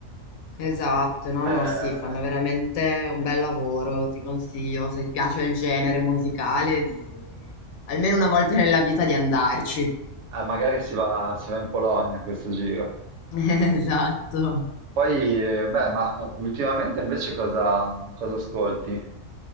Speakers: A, on the left (about 70°); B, on the right (about 75°).
A: Esatto, no, no,
B: Eh,
A: sì, fanno veramente un bel lavoro, ti consiglio, se ti piace il genere musicale, di almeno una volta nella vita di andarci.
B: eh, magari si va, si va in Polonia questo giro.
A: <laughs> Esatto.
B: Poi, eh, beh, ma eh, ultimamente invece cosa, cosa ascolti?